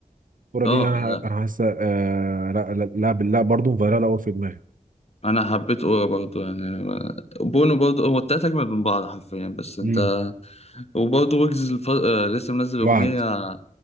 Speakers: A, on the right; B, on the left.
A: الكوره
B: اه
A: دي انا
B: لا
A: انا حاسه آه لا لا لا لا برضه فايرال قوي في دماغي
B: أنا حبيت أورا برضه يعني آه، بونو برضه هو التلاتة أجمل من بعض حرفيا بس أنت
A: امم
B: وبرضه ويجز الف... آه، لسه منزل أغنية
A: وعد